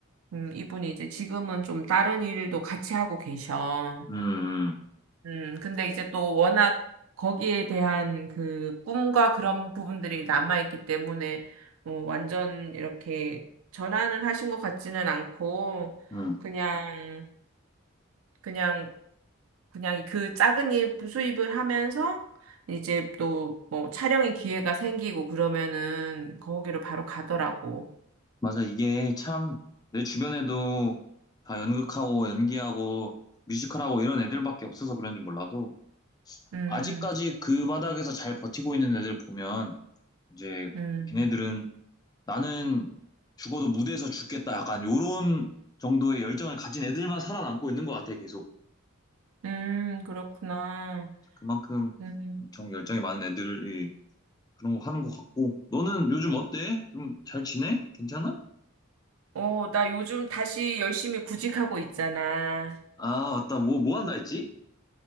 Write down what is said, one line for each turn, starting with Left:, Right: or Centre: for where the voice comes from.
Right: 음, 이분이 이제 지금은 좀 다른 일도 같이 하고 계셔.
Left: 음, 음.
Right: 음, 근데 이제 또 워낙 거기에 대한 그 꿈과 그런 부분들이 남아있기 때문에, 어, 완전 이렇게 전환을 하신 것 같지는 않고,
Left: 음.
Right: 그냥, 그냥 그냥 그 작은 일 부수입을 하면서 이제 또 뭐 촬영의 기회가 생기고 그러면은 거기로 바로 가더라고.
Left: 맞아. 이게 참 내 주변에도 다 연극하고 연기하고 뮤지컬하고 이런 애들밖에 없어서 그런지 몰라도
Right: 음,
Left: 아직까지 그 바닥에서 잘 버티고 있는 애들 보면 이제
Right: 음,
Left: 걔네들은 나는 죽어도 무대에서 죽겠다 약간 요런 정도의 열정을 가진 애들만 살아남고 있는 것 같아 계속.
Right: 음, 그렇구나.
Left: 그만큼
Right: 음.
Left: 엄청 열정이 많은 애들이 그런 거 하는 것 같고 너는 요즘 어때? 좀 잘 지내? 괜찮아?
Right: 어, 나 요즘 다시 열심히 구직하고 있잖아.
Left: 아 맞다. 뭐 뭐 한다 했지?